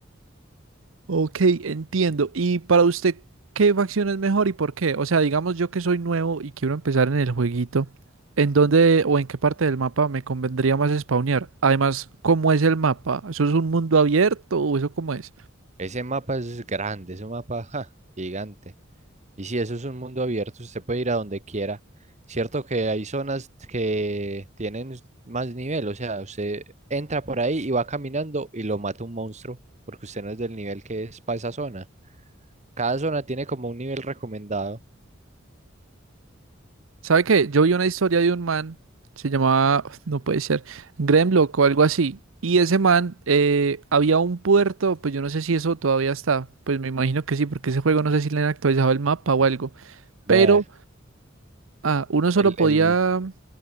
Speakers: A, on the right (about 85°); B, on the right (about 35°).
A: Ok, entiendo. ¿Y para usted qué facción es mejor y por qué? O sea, digamos yo que soy nuevo y quiero empezar en el jueguito, ¿en dónde o en qué parte del mapa me convendría más spawnear? Además, ¿cómo es el mapa? ¿Eso es un mundo abierto o eso cómo es?
B: Ese mapa es grande, ese mapa <laughs> ja, gigante. Y si eso es un mundo abierto, usted puede ir a donde quiera. Cierto que hay zonas que tienen más nivel, o sea, usted entra por ahí y va caminando y lo mata un monstruo, porque usted no es del nivel que es para esa zona. Cada zona tiene como un nivel recomendado.
A: ¿Sabe qué? Yo vi una historia de un man, se llamaba, <laughs> no puede ser, Gremlock o algo así. Y ese man, eh, había un puerto, pues yo no sé si eso todavía está, pues me imagino que sí, porque ese juego no sé si le han actualizado el mapa o algo.
B: Vea,
A: Pero ah, uno solo
B: el,
A: podía,
B: el,